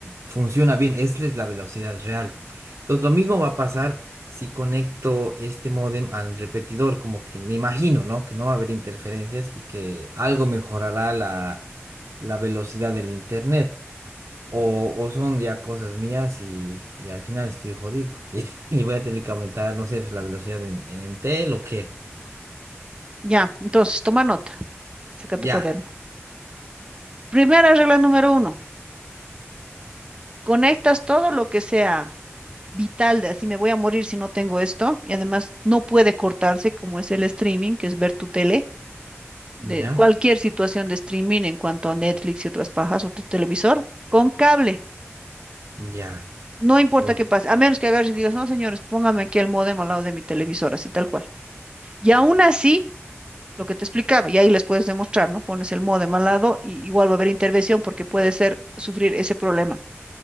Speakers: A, on the right (about 75°); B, on the right (about 20°).
A: funciona bien, esta es la velocidad real. Entonces, lo mismo va a pasar si conecto este módem al repetidor, como que me imagino, ¿no? Que no va a haber interferencias y que algo mejorará la, la velocidad del internet. O, o son ya cosas mías y, y al final estoy jodido. <laughs> Y, y voy a tener que aumentar, no sé, pues, la velocidad en, en Entel o qué.
B: Ya, entonces, toma nota, saca
A: Ya,
B: tu cuaderno. Primera regla número uno, conectas todo lo que sea vital de así me voy a morir si no tengo esto, y además no puede cortarse como es el streaming, que es ver tu tele, de
A: ya,
B: cualquier situación de streaming en cuanto a Netflix y otras pajas o tu televisor, con cable.
A: ya,
B: No importa
A: uno,
B: qué pase, a menos que agarres y digas, no, señores, póngame aquí el módem al lado de mi televisor, así tal cual. Y aún así, lo que te explicaba, y ahí les puedes demostrar, ¿no? Pones el módem al lado y igual va a haber intervención porque puede ser sufrir ese problema